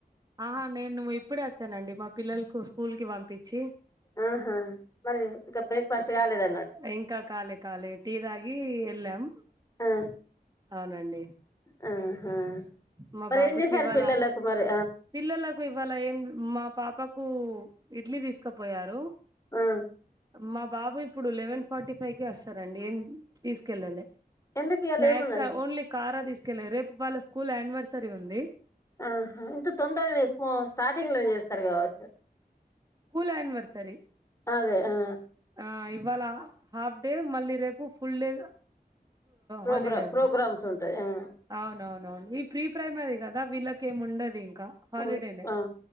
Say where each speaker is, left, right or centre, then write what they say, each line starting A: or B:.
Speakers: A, on the right (about 25°); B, on the left (about 20°).
A: ఆహా నేను ఇప్పుడే వచ్చానండి మా పిల్లల్కు స్కూల్కి పంపిచ్చి
B: ఆహా మరి ఇంకా బ్రేక్ఫాస్ట్ కాలేదు అన్నటు
A: ఇంకా కాలే కాలే టీ తాగి ఎళ్ళాం
B: ఆ
A: అవునండి
B: ఆ ఆహా
A: మా
B: మరి
A: బాబుకి
B: ఏం చేసారు
A: ఇవాళ
B: పిల్లలకు మరి
A: పిల్లలకు ఇవాళ ఏం మా పాపకు ఇడ్లీ తీసుకపోయారు
B: ఆ
A: మా బాబు ఇప్పుడు లెవెన్ ఫార్టీ ఫైవ్కే వస్తారండి ఏం తీసుకెళ్ళలే
B: ఎందుకు ఇయాల
A: స్నాక్స
B: ఏమున్నది
A: ఓన్లీ కారా తీసుకెళ్ళారు రేపు వాళ్ళ స్కూల్ యానివర్సరీ ఉంది
B: ఆహా అయితే తొందర ఎక్కువ స్టార్టింగ్ల చేస్తారు కావచ్చు
A: స్కూల్ యానివర్సరీ
B: అదే ఆ
A: ఆ ఇవాళ హాఫ్డే మళ్ళీ రేపు ఫుల్డేగా
B: ప్రోగ్రా
A: హాలిడే ఉంది
B: ప్రోగ్రామ్స్ ఉంటాయి ఆ
A: అవునవునవును ఈ ప్రీ ప్రైమరే కదా విలా కేం ఉండదు ఇంకా హాలిడేనే
B: ఓయ్ ఆ